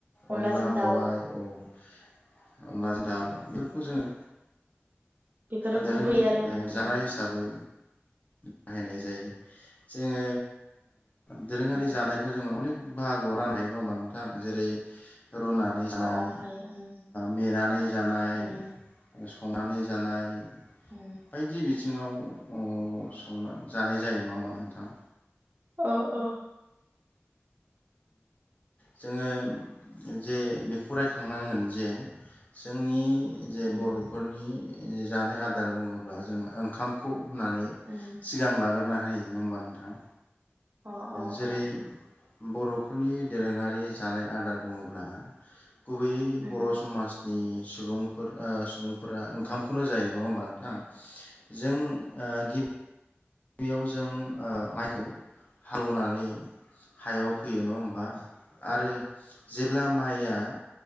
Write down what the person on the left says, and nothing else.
अनला
मेवाइ
<inaudible> अनला जों दाउ
बेफोरखौ
जोङो।
दोरोङारि
जाग्रा
हिसाबै बाहायनाय जायो जोङो दोरोङारि
जानायखौ जोङो अने बाहागोआव राननो हायो नङा होमबा नोंथां जेरै रुनानै जानाय
मेनानै जानाय
संनानै जानाय
बायदि बिथिं बिथिङाव संना जानाय जायो नङा होमबा नोंथां।
जोङो जे बेखौ रायखांनांगोन जे जोंनि जे
बर'फोरनि जानाय आदार बुङोब्ला जों ओंखामखौ होननानै
सिगां लागोन खुरना होयो नङा होमबा नोंथाङा।
जेरै
बर'फोरनि दोरोङारि जानाय आदार बुङोब्ला गुबैयै
बर' समाजनि सुबुंफोर सुबुंफोरा ओंखामखौनो जायो नङा होमबा नोंथां जों गिबि गिबियाव जों माइखौ हालौवनानै हायाव फोयो नङा होमबा आरो जेब्ला माइया